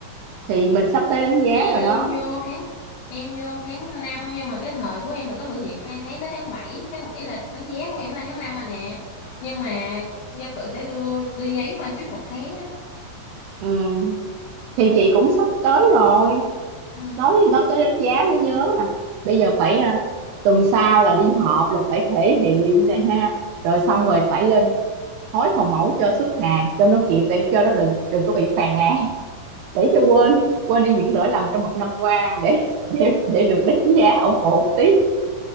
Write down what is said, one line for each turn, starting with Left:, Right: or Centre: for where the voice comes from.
Right: thì mình sắp tới đánh giá
Left: em
Right: rồi đó
Left: vô tháng em vô tháng năm nhưng mà cái thời của em là có thử việc hai tháng tới tháng bảy tháng 7 là đánh giá của em là tháng 5 mà nè nhưng mà nhân sự sẽ đưa đưa giấy qua trước một tháng á
Right: ừ. thì chị cũng sắp tới rồi
Left: Ừ.
Right: nói nói tới đánh giá mới nhớ nè bây giờ phải à, tuần sau là đi họp là phải thể hiện này ha rồi xong rồi phải lên hối phòng mẫu cho xuất hàng cho nó kịp để cho nó đừng đừng có bị phàn nàn để cho quên quên đi những lỗi lầm trong một năm qua để để để được đánh giá ổn ổn tí